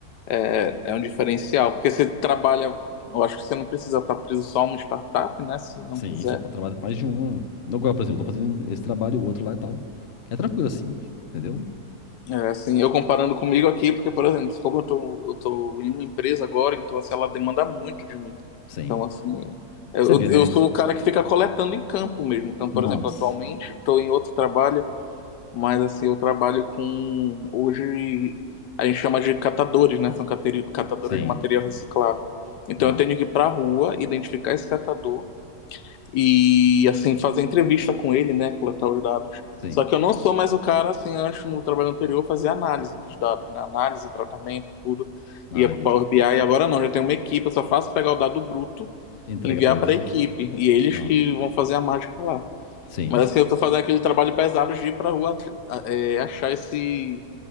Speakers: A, on the left; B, on the left.
A: é, é um diferencial. Porque você trabalha, eu acho que você não precisa estar preso só a uma startup, né? Se não
B: sim.
A: quiser.
B: Você pode trabalhar com mais de uma. Agora, por exemplo, eu tô fazendo esse trabalho e o outro lá e tal. É tranquilo assim, entendeu?
A: É, assim, eu comparando comigo aqui, porque, por exemplo, como eu tô, eu tô em uma empresa agora, então, assim, ela demanda muito de mim.
B: Sim.
A: Então, assim, é,
B: Você
A: eu,
B: vê,
A: eu
B: né?
A: sou o cara que fica coletando em campo mesmo. Então, por
B: Nossa.
A: exemplo, atualmente estou em outro trabalho, mas, assim, eu trabalho com, hoje, a gente chama de catadores, né? São cateri- catadores
B: Sim.
A: de material reciclável. Então,
B: Não.
A: eu tenho que ir pra rua, identificar esse catador, e assim fazer entrevista com ele, né, coletar os dados.
B: Sim.
A: Só que eu não sou mais o cara assim antes no trabalho anterior fazer análise dos dados, né, análise, tratamento, tudo,
B: Ah,
A: ia para
B: entendi.
A: o Power BI. E agora não, já tenho uma equipe, eu só faço pegar o dado bruto,
B: Entrega
A: enviar
B: pra eles.
A: para a equipe e eles
B: Nossa.
A: que vão fazer a mágica lá.
B: Sim.
A: Mas assim eu tô fazendo aquele trabalho pesado de ir para rua é, achar esse